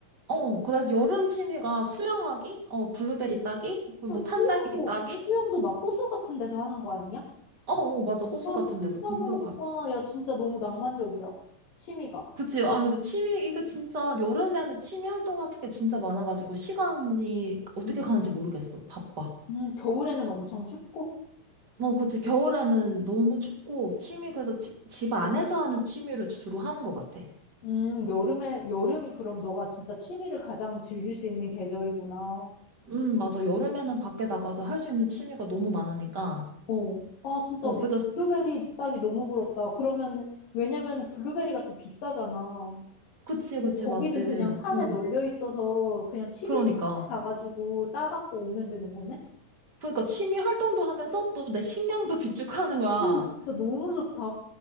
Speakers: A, on the right; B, on the left.
A: 어, 그래서 여름 취미가 수영하기, 어, 블루베리 따기, 그리고
B: 수,
A: 뭐 산딸기
B: 수영도,
A: 따기,
B: 수영도 막 호수 같은 데서 하는 거 아니야?
A: 어, 어, 맞아. 호수
B: 어,
A: 같은
B: 진짜
A: 데서 근처
B: 부럽다.
A: 가.
B: 야, 진짜 너무 낭만적이야. 취미가.
A: 그치? 아, 근데 취미, 이거 진짜 여름에는 취미 활동할 게 진짜 많아가지고 시간이 어떻게
B: 음.
A: 가는지 모르겠어. 바빠.
B: 음, 겨울에는 엄청 춥고?
A: 어, 그치. 겨울에는 너무 춥고 취미, 그래서 지, 집 안에서 하는 취미를 주로 하는 것 같아.
B: 음, 여름에, 여름이 그럼 너가 진짜 취미를 가장 즐길 수 있는 계절이구나.
A: 음, 맞아. 여름에는 밖에 나가서 할 수 있는 취미가 너무 많으니까.
B: 어. 아, 진짜
A: 어, 그래서,
B: 블루베리 따기 너무 부럽다. 그러면은, 왜냐면은 블루베리가 또 비싸잖아.
A: 그치,
B: 근데
A: 그치,
B: 거기는
A: 맞지.
B: 그냥 산에
A: 어,
B: 널려 있어서 그냥 취미로
A: 그러니까.
B: 산에 가가지고 따갖고 오면 되는 거네?
A: 그러니까 취미 활동도 하면서 또 내 식량도 <laughs> 비축하는 거야.
B: 오, 진짜 너무 좋다.